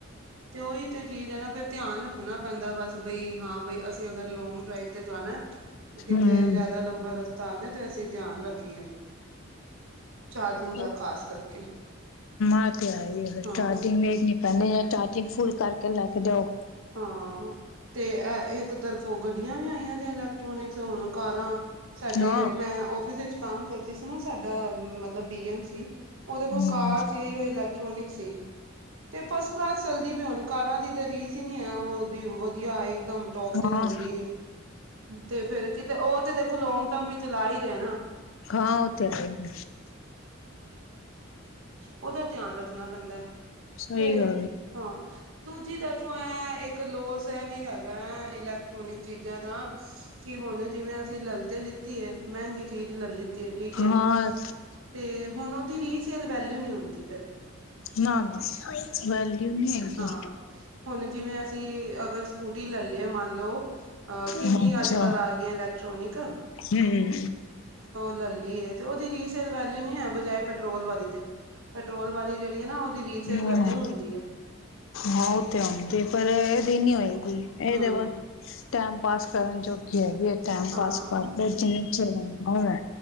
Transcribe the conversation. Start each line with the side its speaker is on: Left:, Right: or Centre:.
Right: ਤੇ ਉਹੀ ਤੇ ਚੀਜ਼ ਹੈ ਨਾ ਫ਼ਿਰ ਧਿਆਨ ਰੱਖਣਾ ਪੈਂਦਾ ਏ ਬਸ ਬਈ ਹਾਂ ਬਈ ਅਸੀਂ ਅਗਰ ਲੋਂਂਗ ਡਰਾਈਵ ਤੇ ਜਾਣਾ? ਤੇ ਕਿੱਥੇ
Left: ਹਮ
Right: ਜ਼ਿਆਦਾ ਲੰਬਾ ਰਸਤਾ ਆ ਗਿਆ, ਤੇ ਅਸੀਂ ਧਿਆਨ ਰੱਖੀਏ। ਚਾਰਜਿੰਗ ਦਾ
Left: ਹੋਰ
Right: ਖ਼ਾਸ ਕਰਕੇ
Left: ਆ ਤੇ ਹਾਈਏ ਫੇਰ
Right: ਹਾਂ
Left: ਚਾਰਜਿੰਗ ਵੇਖਨੀ ਪਹਿਲੇ ਜਾਂ ਚਾਰਜਿੰਗ ਫੁੱਲ ਕਰਕੇ ਲੈ ਕੇ ਜਾਓ।
Right: ਹਾਂ। ਤੇ ਇਹ ਇੱਕ ਤਰਫੋ ਗੱਡੀਆਂ ਵੀ ਆਈਆਂ ਦੀਆਂ ਇਲੈਕਟ੍ਰੋਨਿਕ ਹੁਣ ਕਾਰਾਂ ਸਾਡੇ
Left: ਹਾਂ।
Right: ਮੈਂ ਆਫਿਸ ਵਿੱਚ ਕੰਮ ਕਰਦੀ ਸੀ ਨਾ ਸਾਡਾ ਮਤਲਬ ਡੀ ਐਮ ਸੀ। ਉਹਦੇ ਕੋਲ
Left: ਹਮ
Right: ਕਾਰ ਸੀ ਉਹੀਓ ਇਲੈਕਟ੍ਰੋਨਿਕ ਸੀ, ਤੇ ਫਸਟ ਕਲਾਸ ਚਲਦੀ ਨੀ-ਨੀ ਕਾਰਾਂ ਦੀ ਤੇ ਰੀਸ ਈ ਨੀ ਐ ਉਹਦੀ ਵਧੀਆ ਇਕ ਦਮ ਟੋਪ ਤੇ
Left: ਹਾਂ
Right: ਚੱਲਦੀ ਏ। ਤੇ ਫੇਰ ਕਿਤੇ ਉਹ ਤੇ ਦੇਖੋ ਲੌਗ ਟਰਮ ਵੀ ਚਲਾ ਹੀ ਰਿਹੇ ਹੈ ਨਾਂ।
Left: ਹਾਂ ਉਹ ਤੇ ਹੈ ਈ।
Right: ਉਹਦਾ ਧਿਆਨ ਰੱਖਣਾ ਪੈਂਦਾ ਐ,
Left: ਸਹੀ
Right: ਤੇ
Left: ਗੱਲ ਹੈ।
Right: ਹਾਂ ਦੂਜੀ ਤਾ ਇਹ ਇੱਕ ਲੋਸ ਇਹ ਵੀ ਹੈਗਾ ਹੈ ਇਲੈਕਟ੍ਰੋਨਿਕ ਚੀਜ਼ਾਂ ਦਾ ਕਿ ਹੁਣ ਜਿਵੇਂ ਅਸੀਂ ਲੈਲ ਤੇ ਲਿੱਤੀ ਐ ਮਹਿੰਗੀ ਚੀਜ਼ ਲੈ ਲਿੱਤੀ ਹੈ ਠੀਕ ਹੈ,
Left: ਹਾਂ
Right: ਤੇ ਹੁਣ ਉਹਦੀ ਰੀਸੇਲ ਵੈਲਊ ਨੀ ਹੋਉਂਦੀ ਫੇਰ।
Left: ਨਾ -ਨਾ ਵੈਲਿਊ ਨੀ ਹੈਗੀ,
Right: ਹਾਂ ਹੁਣ ਜਿਵੇਂ ਅਸੀਂ ਅਗਰ ਸਕੂਟੀ ਲੈ ਲਈਏ ਮੰਨ ਲਓ ਅਹ ਕਿੰਨੀ
Left: ਹੂੰ ਅੱਛਾ
Right: ਅੱਜ ਕੱਲ੍ਹ ਆ ਗਈਆਂ ਇਲੈਕਟ੍ਰੋਨਿਕ
Left: ਹੂੰ
Right: ਲੈਲੀਏ ਤੇ ਉਹਦੀ ਰੀਸੇਲ ਵੈਲਿਊ ਨੀ ਹੈ ਬਜਾਏ ਪੈਟਰੋਲ ਵਾਲੀ ਦੇ। ਪੈਟਰੋਲ ਵਾਲੀ ਜਿਹੜੀ ਐ ਨਾ ਉਹਦੀ ਰੀਸੇਲ
Left: ਹਮ
Right: ਵੈਲਿਊ ਹੁੰਦੀ ਏ।
Left: ਹਾਂ ਉਹ ਤੇ ਆਉਂਦੇ ਪਰ ਇਹਦੀ ਨੀ ਹੋਏਗੀ ਇਹ
Right: ਹਮ
Left: ਤੇ ਬਸ ਟੈਮ ਪਾਸ ਕਰਨ ਜੋਗੀ ਹੈਗੀ ਹੈ ਟੈਮ
Right: ਹਾਂ
Left: ਪਾਸ ਕਰ ਲਓ ਜਿੰਨੇ ਚਿਰ ਓ ਐ।